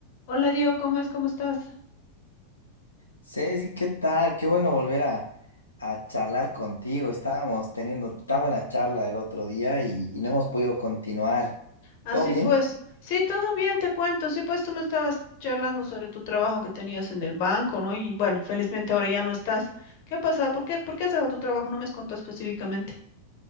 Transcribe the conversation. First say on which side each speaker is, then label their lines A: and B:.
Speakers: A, on the left (about 45°); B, on the left (about 80°).
A: Hola Diego, ¿cómo es? ¿Cómo estás?
B: Ceci, ¿qué tal? Qué bueno volver a, a charlar contigo. Estábamos teniendo tan buena charla el otro día y, y no hemos podido continuar.
A: Así
B: ¿Todo bien?
A: pues, sí, todo bien, te cuento. Sí, pues tú me estabas charlando sobre tu trabajo que tenías en el banco, ¿no? Y bueno, felizmente ahora ya no estás. ¿Qué ha pasado? ¿Por qué, por qué has dejado tu trabajo? No me has contado específicamente.